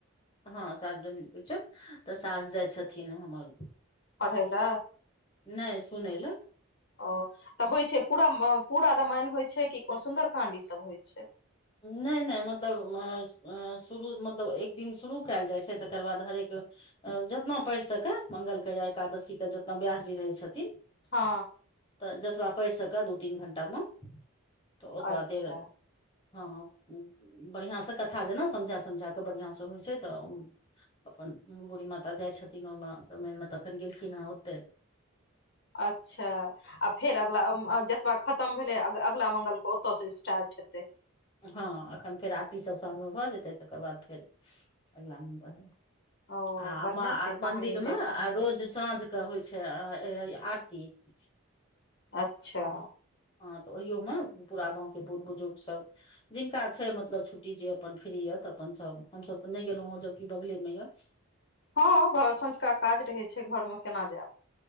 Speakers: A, on the left (about 20°); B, on the left (about 50°).
A: हँ सार्वजनिक होइ छै तऽ सास जाइ छथिन हमर
B: पढ़य लए
A: नहि सुनै लए
B: ओ तऽ होइ छै पूरा पूरा रामायण होइ छै कि को सुन्दर काण्ड ईसभ होइ छै
A: नहि नहि मतलब शुरू मतलब एक दिन शुरू कयल जाइ छै तकर बाद हरेक जतना पैरह सके मंगल के या एकादशी के जतना व्यास जी रहै छथिन
B: हँ
A: तऽ जतबा पढ़ि सकए दू तीन घंटामे तऽ ओतबा
B: अच्छा
A: देर हँ बढ़िआँसँ कथा जेना समझा समझा कऽ बढ़िआँसँ होइ छै तऽ अपन बूढ़ी माता जाइ छथिन ओहिमे क मनमे तखन गेलखिन हेँ ओते
B: अच्छा आ फेर अगला खतम भेलै अगला मंगल के ओतय से स्टार्ट हेतै
A: हँ एखन फेर आरती सब साँझमे भऽ जेतै तकर बाद फेर अगिला मंगल
B: ओ
A: आ
B: बढ़ियां छै कहानी
A: मदिर
B: जकाँ
A: मे आ रोज साँझ के होइ छै आरती <unintelligible>
B: अच्छा
A: ह तऽ ओहियो में पूरा गाँंव के बुढ़ बुजुर्ग सब जिनका छै मतलब छुट्टी जे अपन फ्री य तऽ अपन सब हमसभ तऽ नहि गेलो हें जबकि बगले मे ये <inaudible>
B: हँ घ सँझुका काज रहैत छै घरमे केना जायब